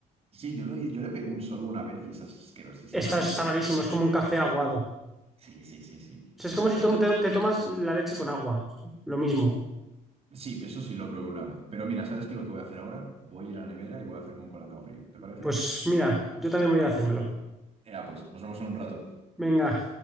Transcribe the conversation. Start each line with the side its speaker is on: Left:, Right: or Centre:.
Right: sí, yo, lo- yo le pegué un solo una vez y es asquerosísima
Centre: Está,
Right: la
Centre: está
Right: textura.
Centre: malísimo, es como un café aguado. O
Right: Sí, sí, sí, sí,
Centre: sea, es
Right: la
Centre: como si
Right: verdad.
Centre: tom- te, te tomas la leche con agua, lo mismo.
Right: Sí, eso sí lo probé una vez. Pero mira, ¿sabes qué es lo que voy a hacer ahora? Voy a ir a la nevera y voy a hacerme un colacao frío, ¿te parece?
Centre: Pues mira, yo también voy a ir a hacérmelo.
Right: Ya, pues, nos vemos en un rato.
Centre: Venga.